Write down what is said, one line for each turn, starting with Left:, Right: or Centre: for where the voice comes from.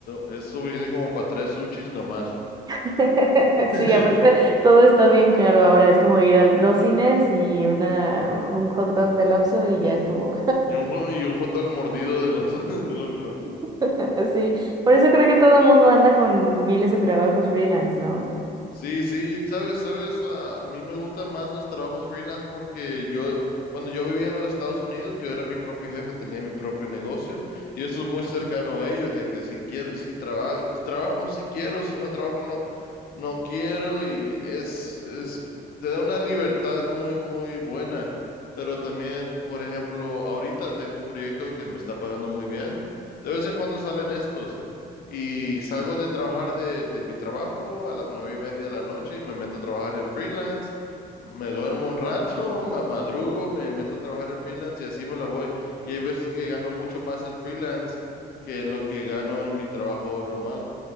Left: es suficiente como para tres sushis nomás.
Right: <laughs>
Left: <laughs>
Right: Sí, aparte todo está bien caro ahora, es como ir al dos cines y una, un hot dog del Oxxo y
Left: Y,
Right: ya estuvo.
Left: y un, hot- y un hot dog mordido de los, <laughs> de los,
Right: <laughs> Sí, por eso creo que todo el mundo anda con miles de trabajos freelance, ¿no?
Left: Sí, sí, sabes, sabes, a, a mí me gustan más los trabajos freelance porque yo, cuando yo vivía en los Estados Unidos, yo era mi propio jefe, tenía mi propio negocio y eso es muy cercano a ellos, de que si quiero, si traba- trabajo, si quiero, si no trabajo, no, no quiero y es, es, te da una libertad muy, muy buena. Pero también, por ejemplo, ahorita tengo un proyecto que me está pagando muy bien. De vez en cuando salen estos. Y salgo de trabajar de, de mi trabajo a las nueve y media de la noche y me meto a trabajar en freelance. Me duermo un rato, <laughs> me madrugo, me meto a trabajar en freelance y así me la voy. Y hay veces que gano mucho más en freelance que en lo que gano en mi trabajo normal.